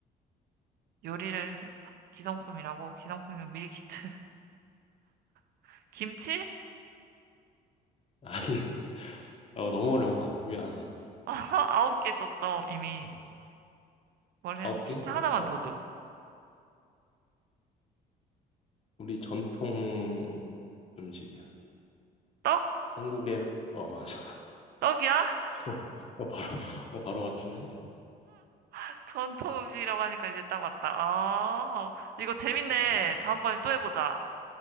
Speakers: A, on the right (about 65°); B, on the left (about 35°).
A: 요리를, 해- 기성품이라고? 기성품이면 밀키트. <laughs> 김치?
B: 아니, <laughs> 어, 너무 어려운 것 같아. 미안하다.
A: <laughs> 아홉 개 썼어, 이미.
B: 어,
A: 뭘
B: 아홉
A: 해야 돼? 힌트
B: 개? 어,
A: 하나만
B: 근데 어,
A: 더 줘.
B: 우리 전통 음식이야.
A: 떡?
B: 한국에, 어, 맞아.
A: 떡이야?
B: <laughs> 어, 바로, 어, 바로 맞추네. 어,
A: <laughs> 전통 음식이라고 하니까 이제 딱 왔다. 아, 이거 재밌네.
B: 어, 어
A: 다음번에 또 해보자.